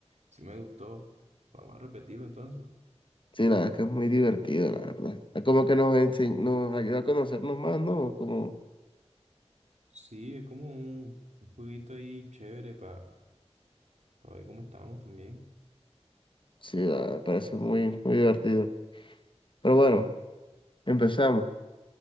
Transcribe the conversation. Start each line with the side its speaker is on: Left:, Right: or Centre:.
Right: sí me gustó. Vamos a repetirlo entonces.
Left: Sí, la verdad es que es muy divertido, la verdad. Es como que nos ense- nos ayuda a conocernos más, ¿no? Como,
Right: Sí, es como un, un jueguito ahí chévere para ver cómo estábamos también.
Left: sí, la verdad, me parece muy, muy divertido. Pero bueno, empezamos.